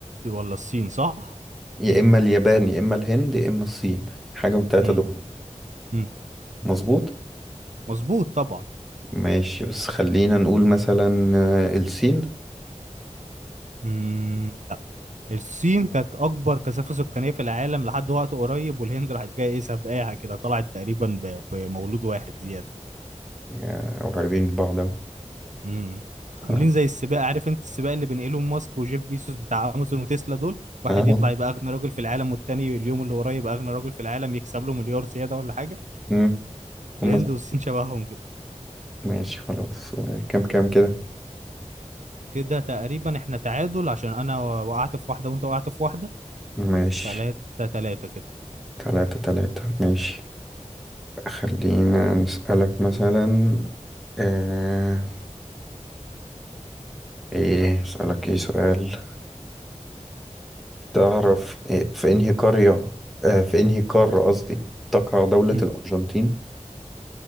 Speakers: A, on the right (about 75°); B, in the centre.
A: ولا الصين صح
B: يا اما اليابان يا اما الهند يا اما الصين حاجة من التلاتة
A: امم
B: دول
A: مم.
B: مظبوط
A: مظبوط طبعا
B: ماشي بس خلينا نقول مثلا آه، الصين
A: مم. لا الصين كانت اكبر كثافه سكانيه في العالم لحد وقت قريب والهند راحت جايه ايه سابقاها كده طلعت تقريبا ب- بمولود واحد زياده
B: آه، قريبين من بعض اهو
A: مم. عاملين
B: اه
A: زي السباق عارف انت السباق اللي بين ايلون ماسك وجيف بيسوس بتاع امازون وتسلا دول واحد
B: آه.
A: يطلع يبقى اغنى راجل في العالم والتاني اليوم اللي وراه يبقى اغنى راجل في العالم يكسب له مليار زياده ولا حاجه
B: مم. هم
A: الهند والصين شبههم كده
B: ماشي خلاص آه، كام كام كده
A: كده تقريبا احنا تعادل عشان انا وقعت في واحده وانت وقعت في واحده
B: ماشي
A: تلاتة تلاتة كده
B: تلاتة تلاتة ماشي خلينا نسألك مثلا آه ايه اسألك ايه سؤال تعرف إيه في انهي قرية آه في انهي قارة قصدي تقع دولة
A: مم.
B: الأرجنتين